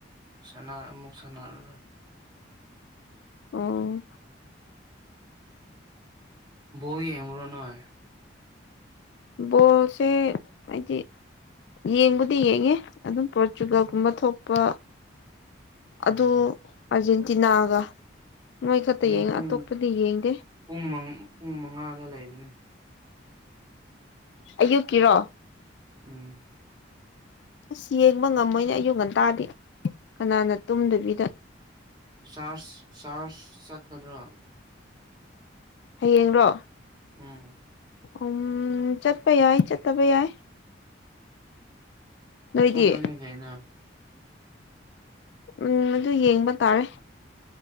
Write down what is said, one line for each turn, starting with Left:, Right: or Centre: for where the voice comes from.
Right: ꯁꯥꯟꯅ ꯑꯃꯨꯛ ꯁꯥꯟꯅꯔꯔꯣꯏ
Left: ꯑꯣ꯫
Right: ꯕꯣꯜ ꯌꯦꯡꯕꯔꯣ ꯅꯣꯏ꯫
Left: ꯕꯣꯜꯁꯦ ꯍꯥꯏꯗꯤ꯫ ꯌꯦꯡꯕꯨꯗꯤ ꯌꯦꯡꯉꯦ ꯑꯗꯨꯝ ꯄꯣꯔꯇꯨꯒꯜꯒꯨꯝꯕ ꯊꯣꯛꯄ
Right: ꯎꯝ
Left: ꯑꯗ‌ꯣ ꯑꯔꯖꯦꯟꯇꯤꯅꯥꯒ ꯃ‌ꯣꯏ ꯈꯛꯇ
Right: ꯍꯌꯦꯡ
Left: ꯌꯦꯡꯉ‌ꯦ
Right: ꯄꯨꯡ
Left: ꯑꯇꯣꯞꯄꯗꯤ ꯌꯦꯡꯗꯦ
Right: ꯄꯨꯡ ꯄꯨꯡ ꯃꯉꯥꯗ ꯂꯩꯕꯅꯤ
Left: ꯑꯌꯨꯛꯀꯤꯔꯣ
Right: ꯎꯝ
Left: ꯑꯁ ꯌꯦꯡꯕ ꯉꯝꯃꯣꯏꯅꯦ ꯑꯌꯨꯛ ꯉꯟꯇꯥꯗꯤ ꯀꯅꯥꯅ ꯇꯨꯝꯗꯕꯤꯗ
Right: ꯆꯔꯁ ꯆꯔꯁ ꯆꯠꯀꯗ꯭ꯔꯣ
Left: ꯍꯌꯦꯡꯔꯣ
Right: ꯎꯝ
Left: ꯎꯝ ꯆꯠꯄ ꯌꯥꯏ ꯆꯠꯇꯕ ꯌꯥꯏ ꯅꯣꯏꯗꯤ
Right: ꯆꯠꯂ‌ꯣꯅ‌ꯦ ꯀꯩꯅ‌ꯣ
Left: ꯎꯝ ꯑꯗꯨ ꯌꯦꯡꯕ ꯇꯥꯔꯦ